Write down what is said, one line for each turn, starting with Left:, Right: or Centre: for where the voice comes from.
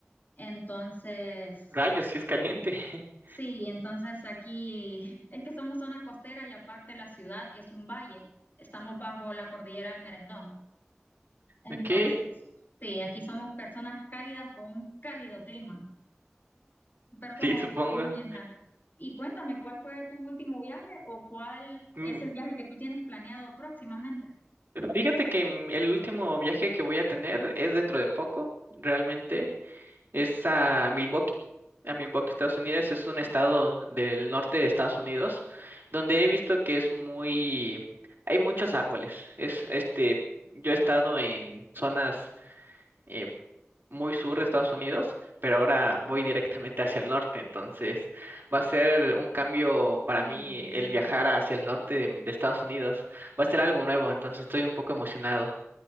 Left: Entonces...
Right: Rayos, sí es caliente. <laughs>
Left: Sí, entonces aquí <laughs> es que somos zona costera y aparte la ciudad es un valle. Estamos bajo la cordillera del Merendón. Entonces,
Right: Ok,
Left: sí, aquí somos personas cálidas con un cálido clima, pero somos
Right: sí, supongo.
Left: muy encantados. Y cuéntame, ¿cuál fue tu último viaje o cuál
Right: Mm,
Left: es el viaje que tú tienes planeado próximamente?
Right: Fíjate que mm, el último viaje que voy a tener es dentro de poco, realmente. Es a Milwaukee, a Milwaukee, Estados Unidos. Es un estado del norte de Estados Unidos donde he visto que es muy, hay muchos árboles. Es este, yo he estado en zonas eh, muy sur de Estados Unidos, pero ahora voy directamente hacia el norte. Entonces va a ser un cambio para
Left: Sí,
Right: mí el viajar hacia el norte de, de Estados Unidos. Va a ser algo nuevo. Entonces estoy un poco emocionado.